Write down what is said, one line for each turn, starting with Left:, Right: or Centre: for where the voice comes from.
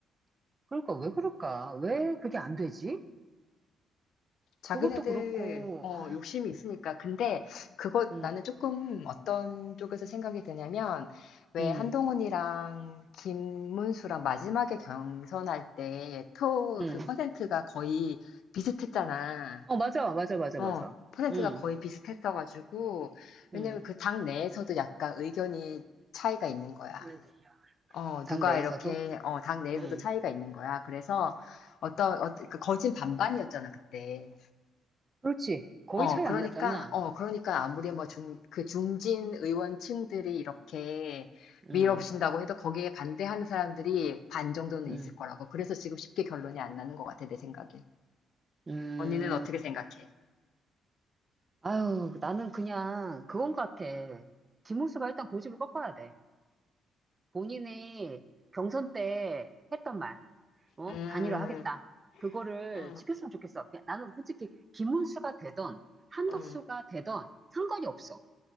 Right: 그러니까 왜 그럴까? 왜 그게 안 되지?
Left: 자기네들
Right: 그것도 그렇고,
Left: 어
Right: 아,
Left: 욕심이 있으니까 근데 그거
Right: 음.
Left: 나는 조금 어떤 쪽에서 생각이 드냐면 왜
Right: 음,
Left: 한동훈이랑 김문수랑 마지막에 경선할 때 표
Right: 음.
Left: 그 퍼센트가 거의 비슷했잖아.
Right: 어, 맞아, 맞아, 맞아,
Left: 어,
Right: 맞아. 음,
Left: 퍼센트가 거의 비슷했어가지고, 왜냐면
Right: 음.
Left: 그 당 내에서도 약간 의견이 차이가 있는 거야.
Right: 조금만 려
Left: 어,
Right: 당
Left: 누가
Right: 내에서도?
Left: 이렇게, 어, 당 내에서도
Right: 음.
Left: 차이가 있는 거야. 그래서 어떤, 어, 그 거진 반반이었잖아, 그때.
Right: 그렇지. 거의
Left: 어,
Right: 차이
Left: 그러니까,
Right: 안 났잖아.
Left: 어, 그러니까 아무리 뭐 중, 그 중진 의원층들이 이렇게
Right: 음,
Left: 밀어붙인다고 해도 거기에 반대하는 사람들이 반 정도는
Right: 음,
Left: 있을 거라고. 그래서 지금 쉽게 결론이 안 나는 것 같아, 내 생각엔.
Right: 음.
Left: 언니는 어떻게 생각해?
Right: 아유, 나는 그냥 그건 같아. 김문수가 일단 고집을 꺾어야 돼. 본인이 경선 때 했던 말, 어?
Left: 음,
Right: 단일화 하겠다. 그거를
Left: 음,
Right: 지켰으면 좋겠어. 그냥 나는 솔직히 김문수가 되던 한덕수가
Left: 음.
Right: 되던 상관이 없어.